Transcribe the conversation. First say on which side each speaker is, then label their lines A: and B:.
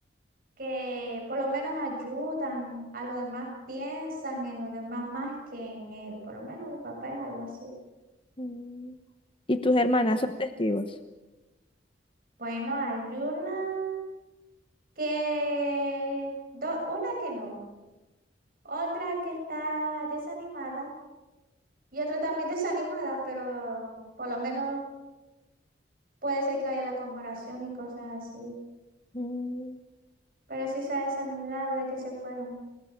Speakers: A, on the right; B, on the left.
A: que por lo menos ayudan a los demás, piensan en los demás más que en él. Por lo menos mi papá es algo así.
B: Mm, Y tus hermanas
A: Y es,
B: son testigos.
A: bueno, hay una que, do- una que no, otra que está desanimada. Y otra también desanimada, pero por lo menos puede ser que haya la conmemoración y cosas así.
B: mm.
A: Pero sí se ha desanimado de que se fueron,